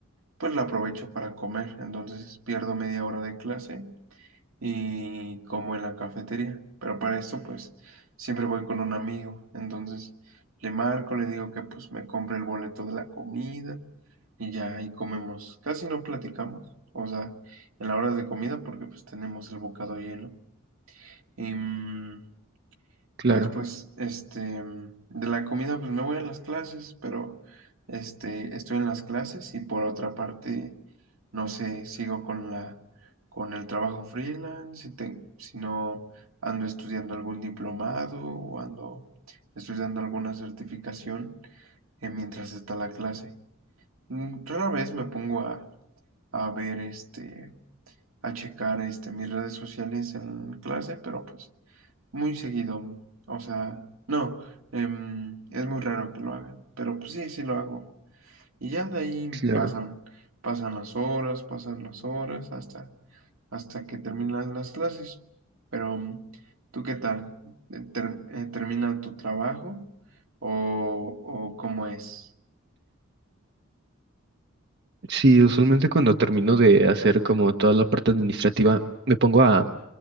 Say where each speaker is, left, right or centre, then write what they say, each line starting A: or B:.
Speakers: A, on the right (about 80°); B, on the right (about 55°).
A: pues la aprovecho para comer. Entonces pierdo media hora de clase y como en la cafetería. Pero para esto, pues siempre voy con un amigo. Entonces le marco, le digo que pues me compre el boleto de la comida y ya ahí comemos. Casi no platicamos. O sea, en la hora de comida porque pues tenemos el bocado lleno. Em,
B: Claro,
A: y después, este, em, de la comida, pues me voy a las clases, pero este, estoy en las clases y por otra parte, no sé, sigo con la, con el trabajo freelance, si, te- si no ando estudiando algún diplomado o ando estudiando alguna certificación eh, mientras está la clase. Mm, Rara vez me pongo a, a ver este, a checar este, mis redes sociales en clase, pero pues muy seguido. O sea, no, em, es muy raro que lo hagan, pero pues sí, sí lo hago. Y ya de ahí
B: claro.
A: pasan, pasan las horas, pasan las horas hasta, hasta que terminan las clases. Pero, mm, ¿tú qué tal? Eh, ter- eh, ¿Termina tu trabajo o, o cómo es?
B: Sí, usualmente cuando termino de hacer como toda la parte administrativa, me pongo a,